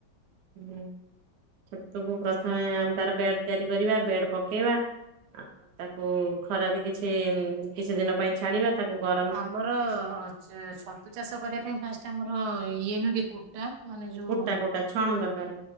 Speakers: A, on the right; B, on the right.
A: ହୁଁ ଛତୁକୁ
B: କି
A: ପ୍ରଥମେ ଆ ତାର ବେଡ ତିଆରି କରିବା ବେଡ ପକେଇବା। ଆଉ ତାକୁ ଖରାରେ କିଛି କିଛି ଦିନ ପାଇଁ ଛାଡିବା ତାକୁ ଗର
B: ଆମର ଛତୁ ଚାଷ କରିବା ପାଇଁ ଫାଷ୍ଟ ଆମର ଇଏ ନୁହଁ କି କୁ ଟା ମାନେ ଯୋଉ
A: କୋଟା କୋଟା ଛଣ ଦରକାର